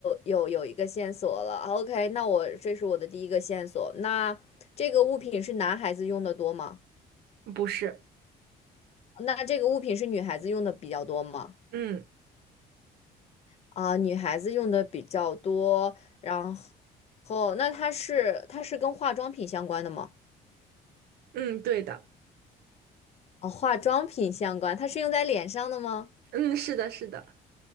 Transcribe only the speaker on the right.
不是，
嗯，
嗯，对的，
嗯，是的，是的，